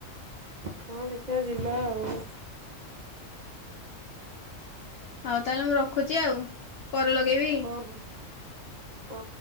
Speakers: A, on the right (about 60°); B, on the left (about 55°).
A: ହଁ ଦେଖିବା ଯିବା ଆଉ।
B: ହଉ ତାହେଲେ ମୁଁ ରଖୁଛି ଆଉ ପରେ ଲଗେଇବି।
A: ଓହୋ ହ।